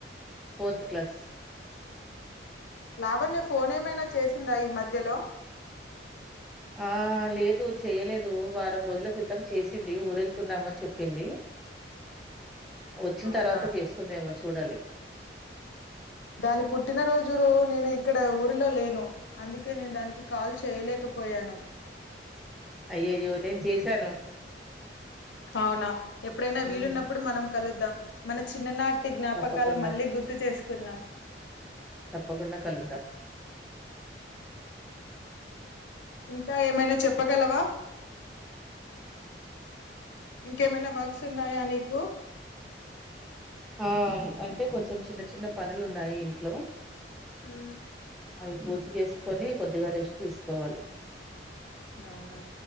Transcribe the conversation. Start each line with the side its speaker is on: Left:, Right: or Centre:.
Centre: ఫోర్త్ క్లాస్
Left: లావణ్య ఫోన్ ఏమైనా చేసిందా ఈ మధ్యలో
Centre: ఆ లేదు చేయలేదు వారం రోజుల క్రితం చేసింది ఊరెళ్తున్నాము అని చెప్పింది వచ్చిన
Left: అవునా
Centre: తర్వాత చేస్తుందేమో చూడాలి
Left: దాని పుట్టిన రోజురు నేను ఇక్కడ ఊరిలో లేను అందుకే నేను దానికి కాల్ చేయలేకపోయాను
Centre: అయ్యయ్యో నేను చేశాను
Left: అవునా ఎప్పుడైనా వీలున్నప్పుడు
Centre: ఉమ్
Left: మనం కలుద్దాం మన చిన్ననాటి జ్ఞాపకాలు
Centre: తప్పకుండా
Left: మళ్ళీ గుర్తు చేసుకుందాం
Centre: తప్పకుండా కలుద్దాం
Left: ఇంకా ఏమైనా చెప్పగలవా ఇంకేమైనా వర్క్స్ ఉన్నాయా నీకు
Centre: ఆ అంటే కొంచెం చిన్న చిన్న పనులు ఉన్నాయి ఇంట్లో
Left: హ్మ్
Centre: అవి పూర్తి చేసుకొని కొద్దిగా రెస్ట్ తీసుకోవాలి
Left: అవునా